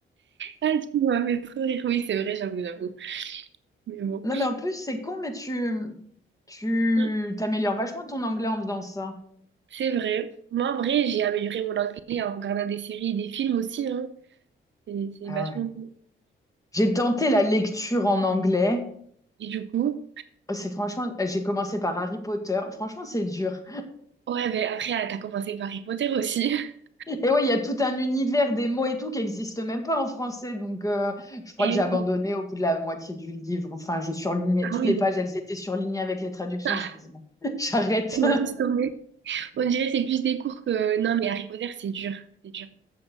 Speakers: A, on the right (about 60°); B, on the left (about 15°).
A: Ah, tu m'as fait trop rire. Oui, c'est vrai, j'avoue, j'avoue. Mais bon.
B: Non, mais en plus, c'est con, mais tu, tu
A: Mm.
B: t'améliores vachement ton anglais en faisant ça.
A: C'est vrai. Moi, en vrai, j'ai amélioré mon anglais en regardant des séries et des films aussi, hein. C'est c'est
B: Ah
A: vachement
B: ouais.
A: bien.
B: J'ai tenté la lecture en anglais.
A: Et du coup,
B: C'est franchement, j'ai commencé par Harry Potter. Franchement, c'est dur.
A: ouais, mais après, ah, t'as commencé par Harry Potter aussi. <laughs>
B: Et ouais, il y a tout un univers des mots et tout qui n'existe même pas en français. Donc, euh, je crois
A: Eh
B: que j'ai abandonné
A: oui.
B: au bout de la moitié du livre. Enfin, je surlignais
A: Ah
B: toutes
A: oui,
B: les pages,
A: mais
B: elles étaient surlignées avec les traductions.
A: <laughs>
B: J'ai fait, c'est bon, <laughs> j'arrête.
A: moi, laisse tomber. On dirait que c'est plus des cours que... Non, mais Harry Potter, c'est dur. C'est dur.